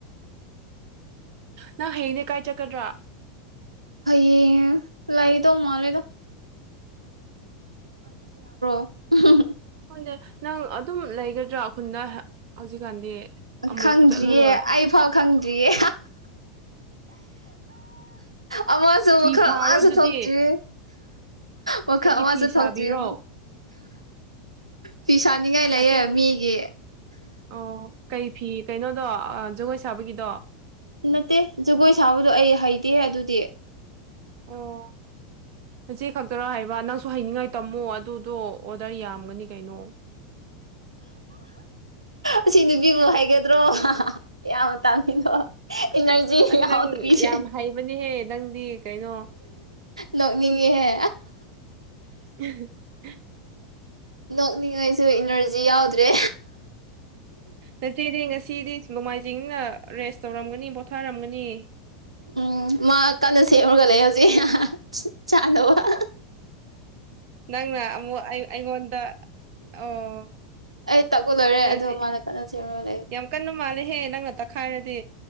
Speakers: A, on the right (about 45°); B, on the right (about 85°).
A: ꯅꯪ ꯍꯌꯦꯡꯅꯦꯀꯥꯏ ꯆꯠꯀꯗ꯭ꯔꯥ
B: ꯑꯩꯌꯦ ꯂꯩꯥꯏꯗ ꯃꯥ ꯂꯩꯗ <unintelligible>
A: ꯈꯪꯗꯦ ꯅꯪ ꯑꯗꯨꯝ ꯂꯩꯒꯗ꯭ꯔꯥ ꯈꯨꯈꯟꯗ ꯍꯧꯖꯤꯛꯀꯥꯟꯗꯤ ꯑꯃꯨꯛ
B: ꯈꯪꯗ꯭ꯔꯤꯌꯦ
A: ꯆꯠꯂꯔꯣꯏ
B: ꯑꯩ ꯐꯥꯎ ꯈꯪꯗ꯭ꯔꯤꯌꯦ ꯑꯃꯁꯁꯨ
A: ꯐꯤ
B: ꯃꯈꯜ
A: ꯁꯥꯔꯣ
B: ꯑꯃꯁꯁꯨ
A: ꯑꯗꯨꯗꯤ
B: ꯊꯣꯛꯇ꯭ꯔꯤ ꯑꯣ
A: ꯑꯩꯒꯤ
B: ꯈ ꯑꯋꯥꯖ
A: ꯐꯤ
B: ꯊꯥꯎ
A: ꯁꯥꯕꯤꯔꯣ
B: ꯇꯕ ꯐꯤꯤꯁꯥꯅꯤꯡꯉꯥꯏ ꯂꯩꯌꯦ
A: ꯑꯁꯦꯡ
B: ꯃꯤꯒꯤ
A: ꯑꯣ ꯀꯩ ꯐꯤ ꯀꯩꯅꯣꯗꯣ ꯖꯒꯣꯏ ꯁꯥꯕꯒꯤꯗꯣ
B: ꯅꯠꯇꯦ ꯖꯒꯣꯏ ꯁꯥꯕꯗꯣ ꯑꯩ ꯍꯩꯗꯦ ꯑꯗꯨꯗꯤ
A: ꯑꯣ ꯉꯆꯦ ꯈꯛꯇꯔꯣ ꯍꯥꯏꯕ ꯅꯪꯁꯨ ꯍꯥꯏꯅꯤꯡꯉꯥꯏ ꯇꯝꯃꯣ ꯑꯗꯨꯗꯣ ꯑꯣꯗꯔ ꯌꯥꯝꯒꯅꯤ ꯀꯩꯅꯣ <unintelligible>
B: ꯑꯁꯤ ꯅꯨꯄꯤꯃꯨ ꯍꯥꯏꯒꯗ꯭ꯔꯣ ꯌꯥꯝ ꯇꯥꯡꯃꯤꯗꯣ ꯏꯅꯔꯖꯤ
A: ꯑꯁ
B: ꯌꯥꯎꯗ꯭ꯔꯤꯁꯦ
A: ꯅꯪ ꯌꯥꯝ ꯍꯩꯕꯅꯦꯍꯦ ꯅꯪꯗꯤ ꯀꯩꯅꯣ
B: ꯅꯣꯛꯅꯤꯡꯉꯍꯦ
A: <unintelligible>
B: ꯅꯣꯛꯅꯤꯡꯉꯩꯁꯨ ꯏꯅꯔꯖꯤ ꯌꯥꯎꯗ꯭ꯔꯦ
A: ꯅꯆꯦꯗꯤ ꯉꯁꯤꯗꯤ ꯅꯣꯡꯃꯥꯏꯖꯤꯡꯅ ꯔꯦꯁ ꯇꯧꯔꯝꯒꯅꯤ ꯄꯣꯊꯥꯔꯝꯒꯅꯤ
B: ꯎꯝ ꯃꯥ ꯀꯟꯅ ꯁꯦꯝꯃꯨꯔꯒ ꯂꯩ ꯍꯧꯖꯤꯛ ꯆꯥꯅꯕꯅꯕ
A: ꯅꯪꯅ ꯑꯃꯨꯛ ꯑꯩ ꯑꯩꯉꯣꯟꯗ ꯑꯣ
B: ꯑꯩ ꯇꯛꯄ ꯂꯣꯏꯔꯦ ꯑꯗꯣ
A: ꯖꯤ
B: ꯃꯥꯅ ꯀꯟꯅ ꯁꯦꯝꯃꯒ ꯂꯩ
A: ꯌꯥꯝ ꯀꯟꯅ ꯃꯥꯜꯂꯦꯍꯦ ꯅꯪꯅ ꯇꯛꯈꯥꯏꯔꯗꯤ